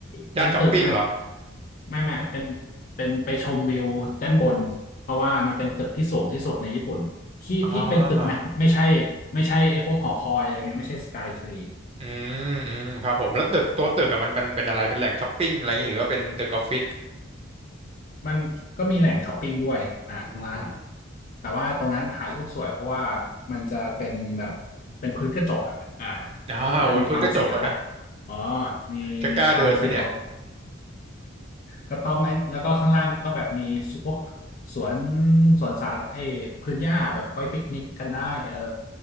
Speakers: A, on the left; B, on the right.
A: เป็นตึกนะ
B: ย่านช้อปปิ้งเหรอ
A: ไม่ไม่เป็นเป็นไปชมวิวด้านบนเพราะว่ามันเป็นตึกที่สูงที่สุดในญี่ปุ่นที่ที่เป็นตึกนะไม่ใช่
B: อ่า
A: ไม่ใช่ไอ้พวกหอคอยอะไรเงี้ยไม่ใช่สกายทรี
B: อืมอืมครับผมแล้วตึกตัวตึกอะมันเป็นเป็นอะไรเป็นแหล่งช้อปปิ้งอะไรอย่างนี้หรือว่าเป็นตึกออฟฟิศ
A: มันก็มีแหล่งช้อปปิ้งด้วยอ่าข้างล่าง
B: อืม
A: แต่ว่าตรงนั้นถ่ายรูปสวยเพราะว่ามันจะเป็นแบบเป็นพื้นกระจกอ่ะอ่า
B: อ่าโหเป็นพื้นกระจกวะนะ
A: ก็จะมีความเสียวอ๋อมีมีความเสียว
B: จะกล้าเดินไหมเนี่ย
A: ก็ต้องไอ้แล้วก็ข้างล่างก็แบบมีพวกสวนสวนสาเออพื้นหญ้าแบบไว้ปิกนิกกันได้เออ